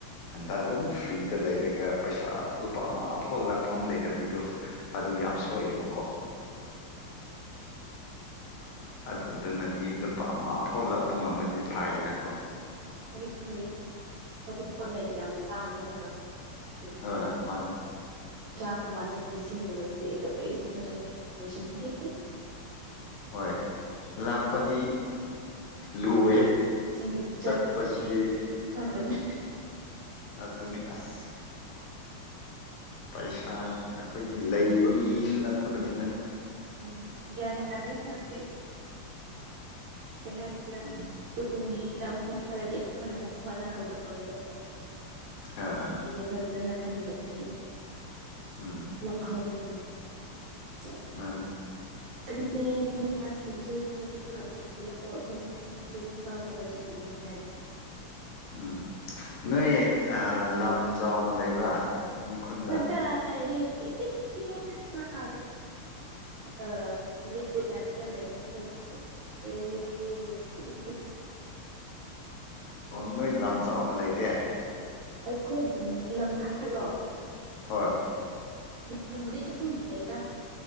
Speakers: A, on the left; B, on the right.
A: ꯍꯟꯗꯛ ꯑꯗꯨꯝ ꯐ꯭ꯔꯤꯗ ꯂꯩꯔꯒ ꯄꯩꯁꯥ ꯂꯨꯄꯥ ꯑꯃ ꯑꯐꯥꯎ ꯂꯥꯛꯐꯝ ꯂꯩꯇꯕꯤꯗꯣ ꯑꯗꯨ ꯌꯥꯝ
B: ꯎꯝ
A: ꯁꯣꯛꯑꯦꯕꯀꯣ ꯑꯗꯨꯗꯅꯗꯤ ꯂꯨꯄꯥ ꯑꯃ ꯐꯥꯎ ꯂꯥꯛꯄ ꯉꯝꯃꯗꯤ ꯐꯥꯏꯌꯦꯅꯀꯣ
B: ꯐꯩꯌꯦ ꯐꯩꯌꯦ ꯍꯧꯖꯤꯛ
A: ꯎꯝ
B: ꯀꯣꯟꯅ ꯌꯥꯝ ꯇꯥꯡ <unintelligible> ꯂꯨꯄꯥ
A: ꯍꯣꯏ ꯃꯥꯅꯦ
B: ꯆꯥꯝꯃ ꯆ <unintelligible> ꯂꯤꯁꯤꯡꯒꯨꯝꯕꯗꯤ ꯀꯔꯤꯁꯨ ꯅꯠꯇꯦ ꯂꯣꯏꯁꯟꯈꯤꯅꯤ
A: ꯍꯣꯏ ꯂꯥꯛꯄꯗꯤ ꯂꯨꯑꯦ
B: ꯎꯝ ꯆꯠꯄꯗꯤ
A: ꯆꯠꯄꯁꯤꯗꯤ
B: ꯈꯪꯗꯕꯅꯦ
A: ꯑ ꯑꯗꯨꯅꯤ ꯑꯁ ꯄꯩꯁꯥꯖꯦ ꯑꯩꯈꯣꯏꯒꯤ ꯂꯩꯕ ꯃꯤꯁꯨ ꯅꯠꯇꯕꯅꯤꯅ
B: ꯎꯝ <unintelligible> ꯍꯧꯖꯤꯛ ꯀ ꯍꯥꯏ <unintelligible>
A: ꯎꯝ
B: ꯇꯨꯡꯒꯤ ꯑꯃꯨꯛ <unintelligible> ꯑꯩꯈꯣꯏꯅ ꯑꯃꯨꯛ ꯍꯣꯠꯅꯍꯧꯗꯕꯅꯤꯗꯣ
A: ꯑꯥ ꯑꯥ
B: ꯗ ꯐꯖꯅ ꯈꯟꯗ꯭ꯔꯗꯤ
A: ꯎꯝ
B: ꯋꯥꯍꯧꯅꯤ ꯅꯤ <unintelligible>
A: ꯃꯥꯅꯦ
B: ꯑꯗꯨꯅꯦ ꯅꯣꯏ ꯅꯨꯄꯥꯁꯤꯡꯁꯨ <unintelligible> ꯊꯤꯌꯣ ꯑꯩꯈꯣꯏ ꯅꯨꯄꯤꯁꯤꯡꯁꯨ ꯅꯨꯄꯥ ꯑꯐꯕ ꯊꯤꯒꯦ ꯍꯥꯏꯕ
A: ꯎꯝ ꯅꯣꯏ ꯑ ꯂꯝ ꯆꯥꯎꯅ ꯂꯩꯕ꯭ꯔꯥ ꯅꯣꯏ ꯈꯨꯟꯗ
B: ꯀꯗꯥꯏꯗꯒꯤ ꯏꯄꯤꯛ ꯄꯤꯛꯑꯦ ꯄꯨꯔꯥ <unintelligible> ꯑ <unintelligible> ꯇꯥꯏꯞꯇ ꯂꯩꯔꯦ ꯑꯈꯣꯏꯒꯤꯗꯤ ꯑꯦꯔꯤ <unintelligible>
A: ꯑꯣ ꯅꯣꯏ ꯂꯝ ꯆꯥꯎꯅ ꯂꯩꯇꯦ
B: ꯑꯩꯈꯣꯏ ꯂꯝ ꯂꯝ ꯍꯥꯏꯕ꯭ꯔꯣ
A: ꯍꯣꯏ
B: ꯂꯝꯕꯨꯗꯤ ꯑꯗꯨꯝ ꯂꯩꯗ